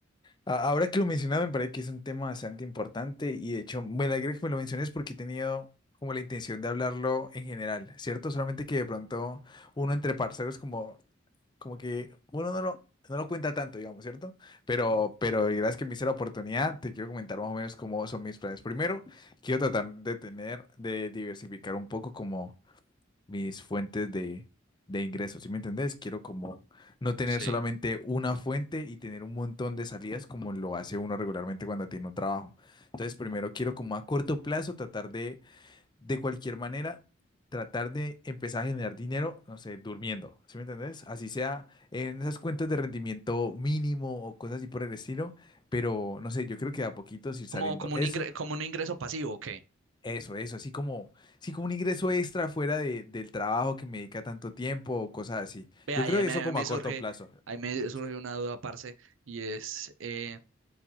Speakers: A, on the left; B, on the right.
A: A- Ahora que lo mencionaba, me parece que es un tema bastante importante y de hecho me alegra que me lo menciones porque he tenido como la intención de hablarlo en general, ¿cierto? Solamente que de pronto uno entre parceros como, como que uno no lo, no lo cuenta tanto, digamos, ¿cierto? Pero, pero gracias que me hice la oportunidad, te quiero comentar más o menos cómo son mis planes. Primero, quiero tratar de tener, de diversificar un poco como mis fuentes de, de ingresos, ¿sí me entendés? Quiero como no tener
B: Sí.
A: solamente una fuente y tener un montón de salidas como lo hace uno regularmente cuando tiene un trabajo. Entonces, primero quiero como a corto plazo tratar de, de cualquier manera, tratar de empezar a generar dinero, no sé, durmiendo, ¿sí me entendés? Así sea en esas cuentas de rendimiento mínimo o cosas así por el estilo, pero no sé, yo creo que de a poquitos ir saliendo.
B: Como, como un
A: Eso.
B: ingre- como un ingreso pasivo, ¿ok?
A: Eso, eso, así como, sí, como un ingreso extra fuera de- del trabajo que me dedica tanto tiempo o cosas así.
B: Ve,
A: Yo
B: ahí,
A: creo
B: ahí
A: que
B: me
A: eso
B: ahí
A: como
B: me
A: a
B: surge,
A: corto plazo.
B: ahí me
A: ¿Y vos
B: surge
A: qué?
B: una duda, parce, y es, eh,